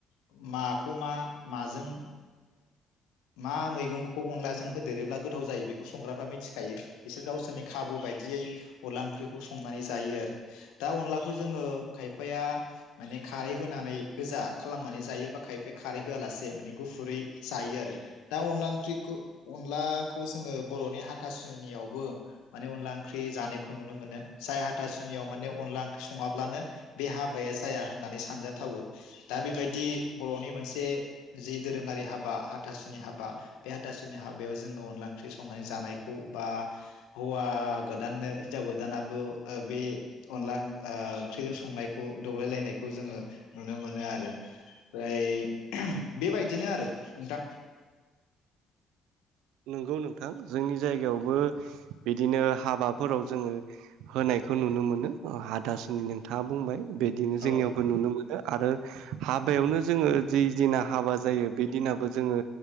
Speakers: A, on the left (about 80°); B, on the right (about 80°).
A: माखौ मा माजों मा मैगंखौ अनलाजों होदेरोब्ला गोथाव जायो बेखौ संग्राफ्रा मिथिखायो बिसोर गावसोरनि खाबु बायदियै अनला ओंख्रिखौ संनानै जायो आरो दा अनलाखौ जोङो खायफाया माने खारै होनानै गोजा खालामनानै जायोबा खायफाया खारै होआलासे माने गुफुरै जायो आरो दा अनला ओंख्रिखौ अनलाखौ जोङो बर'नि हाथासुनियावबो माने अनला ओंख्रि जानायखौ नुनो मोनो जाय हाथासुनियाव माने अनला ओंख्रि सङाब्लानो बे हाबाया जाया होननानै सानजाथावो। दा बेबायदि बर'नि मोनसे जि दोरोङारि हाबा हाथासुनि हाबा बे हाथासुनि हाबायाव जोङो अनला ओंख्रि संनानै जानायखौ बा हौवा गोदाननो हिनजाव गोदानाबो बे अनला ओंख्रिजों संनायखौ दौलायलायनायखौ जोङो नुनो मोनो आरो ओमफ्राय बेबायदिनो आरो नोंथां
B: नंगौ नोंथां जोंनि जायगायावबो बिदिनो हाबाफोराव जोङो होनायखौ नुनो मोनो हाथासुनि नोंथाङा बुंबाय। बिदिनो जोंनियावबो
A: औ
B: नुनो मोनो। आरो हाबायावनो जोङो जि दिना हाबा जायो बे दिनाबो जोङो